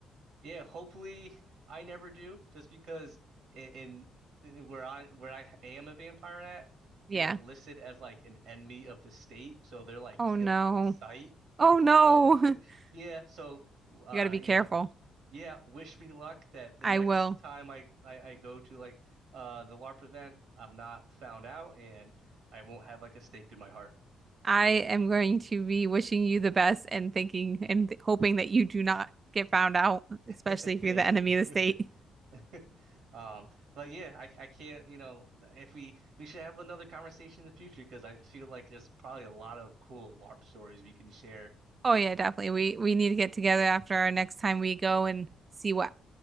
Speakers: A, on the right; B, on the right.
A: Yeah, hopefully I never do, just because in, in in where I where I am a vampire at,
B: Yeah.
A: they're listed as like an enemy of the state, so they're like
B: Oh
A: killed
B: no.
A: on sight.
B: Oh no.
A: So <laughs>
B: <laughs>
A: yeah, so uh
B: You got to be
A: you
B: careful.
A: know, yeah, wish me luck that the
B: I
A: next
B: will.
A: time I I, I go to like uh the LARP event, I'm not found out and I won't have like a stake through my heart.
B: I am going to be wishing you the best and thinking and th hoping that you do not get found out,
A: <laughs>
B: especially if
A: Thank
B: you're the enemy
A: you.
B: of the state.
A: <laughs> Um, but yeah, I I can't, you know, if we we should have another conversation in the future because I feel like there's probably a lot of cool LARP stories we can share.
B: Oh yeah, definitely. We we need to get together after our next time we go and see what